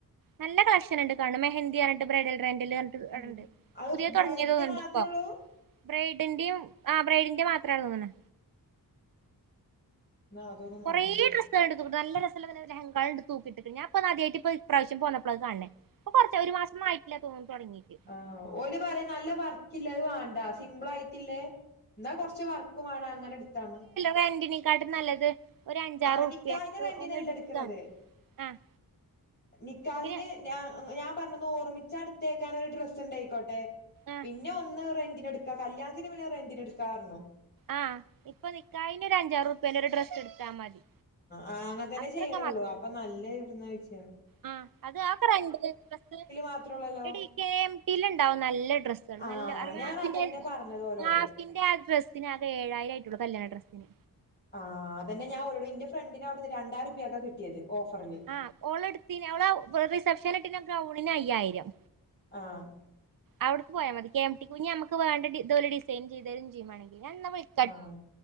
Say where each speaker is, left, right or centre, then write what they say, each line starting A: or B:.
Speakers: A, on the right (about 65°); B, on the left (about 30°).
A: നല്ല കളക്ഷൻ ഉണ്ട് കാണും മെഹന്തിന് പറഞ്ഞിട്ട് ബ്രൈഡൽ ഗ്രാൻഡൽ
B: ഏ
A: പറഞ്ഞിട്ട്
B: അത്
A: പുതിയ തുടങ്ങിയ
B: ബ്രൈഡിന്റെ
A: തോന്നുന്നുണ്ട്
B: മാത്രള്ളൂ
A: ഇപ്പോ ബ്രൈഡിന്റെയും ആ ബ്രൈഡിന്റെ മാത്രമാണ് തോന്നണ്
B: ഇന്നാ അതൊന്ന്
A: കുറെേ
B: നോക്കണം
A: ഡ്രസ് ആള് നല്ല രസള്ള ലഹങ്കാള് ഇണ്ട് തൂക്കിട്ടിക്കണ് ഞാൻ ഇപ്പന്നാദ്യായിട്ട് ഇപ്പ ഇപ്രാവശ്യം പോന്നപ്പോ അത് കണണേ ഇപ്പ കൊറച്ച് ഒരു മാസൊന്നായിട്ടല്ല തോന്നി തുടങ്ങീട്ട്
B: ആ ഓല് പറയാ നല്ല വർക്കില്ലത് വേണ്ടാ സിമ്പിൾ ആയിട്ടില്ലേയ് ഇന്നാ കുറച്ച് വർക്ക് വേണം അങ്ങനെ എടുത്താമതി
A: ട്രെൻ്റിനേ കാട്ടിൻ നല്ലത് ഒരു അഞ്ചാറ്
B: ആ
A: ഉറുപ്പ്യക്ക്
B: നിക്കാഹിന് റെൻ്റിനല്ല
A: ഒന്ന് ഇട്ക്കാണ്
B: എടുക്കുന്നത്
A: ആഹ്
B: നിക്കാഹിന്
A: പിന്നെ
B: ഞാ ഞാൻ പറഞ്ഞന്ന് ഓർമിച്ച എടുത്തേക്കാനൻ ഒരു ഡ്രസ്സ് ഉണ്ടായിക്കോട്ടെ
A: ആഹ്
B: പിന്നെ ഒന്ന് റെന്റിന് എടുക്കാ കല്യാണത്തിന് പിന്നെ റെന്റിന് എടുക്കാന്ന് പറഞ്ഞു
A: ആ ഇപ്പൊ നിക്കാഹിന് ഒരു അഞ്ചാറ് രൂപ്യേൻ്റെ ഒരു ഡ്രസ്സ് എടുത്താ മതി
B: ആ അങ്ങനെ തന്നെ
A: അത്രൊക്കെ
B: ചെയ്യണള്ളൂ അപ്പൊ നല്ല എവിടന്ന ചോയിച്ചാ
A: ആ അത് ആ ഫ്രണ്ട്ല് ഡ്രസ്സ്
B: മാത്രള്ളല്ലോ
A: എടീ കെ എം റ്റില് ഇണ്ടാവും നല്ല ഡ്രസ്സ്
B: ആ
A: നല്ല ഹാഫിന്റെ
B: ഞാൻ അതന്നെ പറഞ്ഞത് ഓലോട്
A: റാഫിൻ്റെ ആ ഡ്രസ്സിനാകെ ഏഴായിരം ആയിട്ടുള്ളൂ കല്യാണ ഡ്രസ്സിന്
B: ആ അതനെ ഞാൻ ഓനോട് എന്റെ ഫ്രണ്ടിന് അവിടുന്ന് രണ്ടായിരം രൂപയ്ക്കാ കിട്ടിയത് ഓഫറില്
A: ആ ഓള് എടുത്തിരുന്നു അവളാ റിസെപ്ഷൻ ഇട്ടിരുന്ന ഗൗണിന് അയ്യായിരം
B: ആഹ്
A: അവിടുക്ക് പോയാൽ മതി കെ എം ടി ക്ക് ഇനി നമക്ക് വേണ്ട ഇത് ഓല് ഡിസൈൻ ചെയ്‌തെരും വേണെങ്കി ഞാൻ ഇന്നാ വിളി-
B: ആഹ്